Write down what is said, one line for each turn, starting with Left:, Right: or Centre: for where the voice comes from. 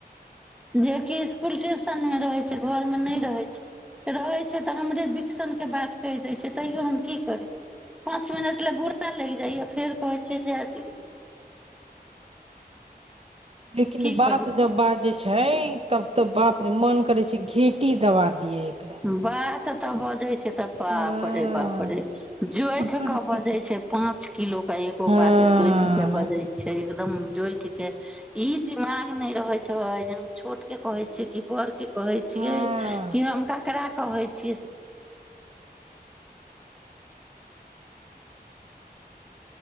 Centre: जेकि इसकुल ट्यूशनमे रहै छै घरमे नहि रहै छै रहै छै तऽ हमरे विक्सनके बात कहि दै छै तैओ हम की करियै पाँच मिनट लाए बुरा लागि जाइ या फेर कहै छियै जाइ दियौ
Right: लेकिन
Centre: की
Right: बात
Centre: करियै
Right: जब बात जे छै तब तो बाप रे मन करै छै घेटी दवा दियै एकरा
Centre: बात तऽ बजै छै तब बाप
Right: हँ
Centre: रे बाप रे जोइख
Right: पुटुर
Centre: के बजे
Right: पुट
Centre: छै पांच किलो के एगो
Right: हँ
Centre: बात जोइख के बजे छै एकदम जोइख के ई दिमाग नहि रहे छै जे हम छोट के कहय छियै कि बड़ के कहै छियै
Right: हँ
Centre: कि हम क ककरा कहै छियै